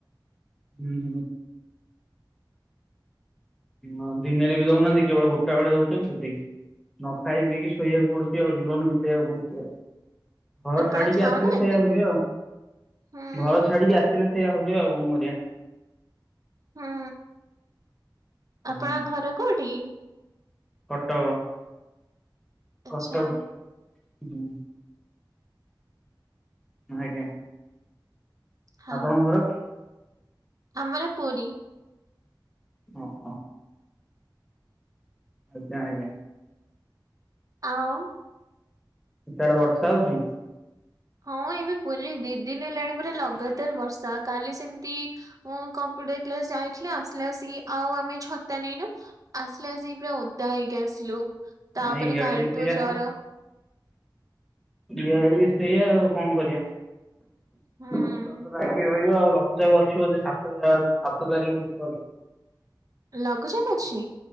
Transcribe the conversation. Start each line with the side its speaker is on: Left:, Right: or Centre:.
Centre: ହୁଁ ହଁ ଦିନେରେ ବି ଦଉନାହାନ୍ତି କେବଳ ଗୋଟା ବେଳେ ଦଉଛନ୍ତି ସେତିକି। ନ ଖାଇ ପିଇକି ଶୋଇବାକୁ ପଡୁଛି ଆଉ ଜୀବନ ବିତେଇବାକୁ ପଡୁଛି ଆଉ। ଘର
Right: ଆପଣ
Centre: ଛାଡିକି
Right: ଖାଉନାହାନ୍ତି?
Centre: ଆସିଲେ ସେଇୟଆ ହୁଏ ଆଉ
Right: ହୁଁ
Centre: ଘର ଛାଡିକି ଆସିଲେ ସେଇଆା ହୁଏ ଆଉଉ କରିବା।
Right: ହୁଁ
Centre: ହୁଁ
Right: ଆପଣ ଘର କୋଉଠି?
Centre: କଟକ
Right: ଆଚ୍ଛା
Centre: କଟକ ହୁଁ। ଆଜ୍ଞା।
Right: ହଁ
Centre: ଆପଣଙ୍କ ଘର?
Right: ଆମର ପୁରୀ।
Centre: ଓ ହୋ। ଅଜା ଆଇଁଲେ।
Right: ଆଉଁ
Centre: ସିଆଡ଼ ବର୍ଷା ହଉଚି?
Right: ହଁ ଏବେ ପୁରୀରେ ଦି ଦିନ ହେଲାଣି ପୁରା ଲଗାତାର ବର୍ଷା କାଲି ସେମତି ମୁଁ କମ୍ପ୍ୟୁଟର କ୍ଲାସ ଯାଇଥିଲି ଆସିଲା ବଳସିକି ଆଉ ଆମେ ଛତା ନେଇନୁ ଆସିଲା ବଳସିକି ପୁରା ଓଦା ହେଇକି ଆସିଲୁ ତାପରେ
Centre: ଆଉ ଇଆଡେ
Right: କାଲଠୁ
Centre: ବି ସେଇଆ
Right: ଜର।
Centre: ଇଆଡ଼େ ବି ଶୋଇଆ ଆଉ କଣ କରିବା?
Right: ହୁଁ
Centre: ବର୍ଷା ତ ଲାଗି ରହିବ ଆଉ ଲଘୁଚାପ ଅଛି ବୋଧେ ସାତ ଆ ସାତ ତାରିଖ ପର୍ଯ୍ୟନ୍ତ।
Right: ଲଘୁଚାପ ଅଛିଁ?